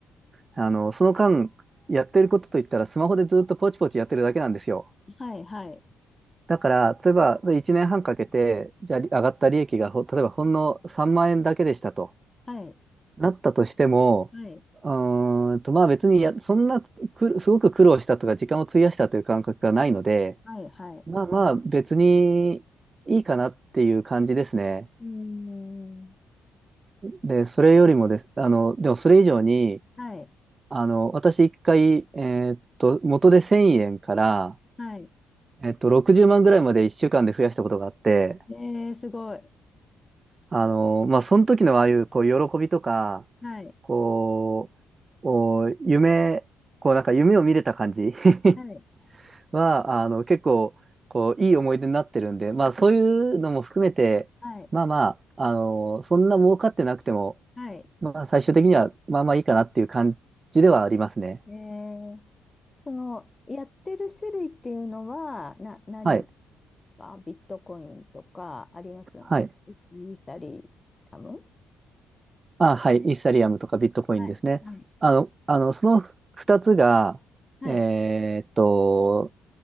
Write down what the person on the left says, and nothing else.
はい、はい、
はい、
はい、
はい。はい。
うーん。
はい、
はい。
えー、すごい。
はい。
はい。
はい。
はい。
えー、その、やってる種類っていうのは、な、何
か、ビットコインとかありますよね。
イイーサリアム
はい。はい。
はい。